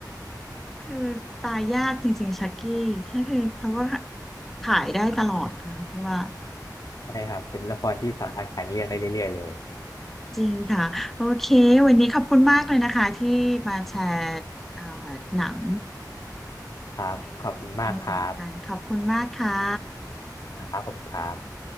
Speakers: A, in the centre; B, on the left.
A: คือตายยากจริงๆชักกี้ก็คือเขาก็ขายได้ตลอดนะคะพี่ว่า
B: ใช่ครับเป็นละครที่สามารถขายเรื่องได้เรื่อยๆเลย
A: จริงค่ะโอเควันนี้ขอบคุณมากเลยนะคะที่มาแชร์เอ่อหนัง
B: ครับขอบคุณมากครับ
A: ให้ให้กันขอบคุณมากค่ะ
B: ครับขอบคุณครับ